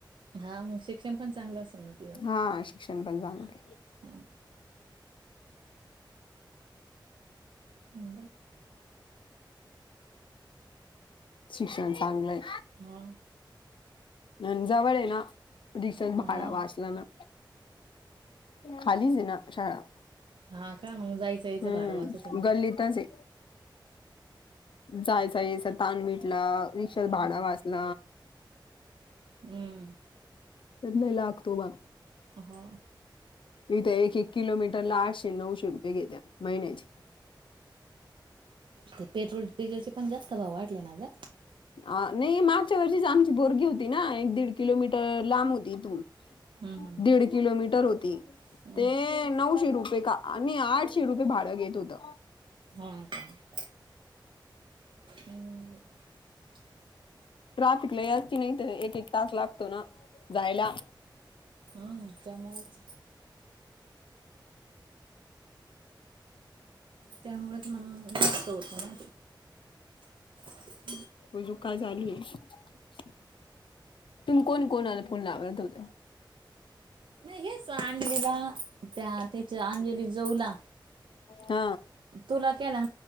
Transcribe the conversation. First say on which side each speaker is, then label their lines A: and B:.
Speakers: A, on the right; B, on the left.
A: हा मग शिक्षण पण चांगलं असेल ना तिझ
B: हा शिक क्षण पण चांगलय
A: हा <unintelligible>
B: शिक्षण चांगलंय
A: हा
B: पण जवळ आहे ना रिक्षाच भाड
A: हा
B: वाचल ना खालीच आहे ना शाळा
A: हा का मग जायचं यायचं
B: हम्म
A: भाडं वाचत ना.
B: गल्लीतच हे जायचा याचा ताण मिटला रिक्षाच
A: हा
B: भाड वाचल
A: हम्म
B: <unintelligible>
A: ह
B: इथे एक, एक किलोमीटर ला आठशे, नऊशे रुपये घेत्या महिन्याचे
A: ते पेट्रोल डिझेलचे पण जास्त भाव वाटले ना ग
B: हा नाही मागच्या वर्षीच आमची पोरगी होती ना एक दीड किलोमीटर लांब होती इथून
A: हम्म
B: दीड किलोमीटर होती
A: हम्म.
B: ते नऊशे रुपये का आणि आठशे रुपये भाड घेत होत
A: ह <unintelligible>
B: ट्राफिक लय असती न तर एक, एक तास लागतो ना जायला
A: हा त्यामुळेच त्यामुळेच मग जास्त होत ना <unintelligible>
B: अजून काय चालू आहे तुम्ही कोणी कोणाला फोन लावत होते
A: नाही हेच अंजलीला त्या तिच्या अंजलीच्या जाऊला
B: ह
A: तुला केला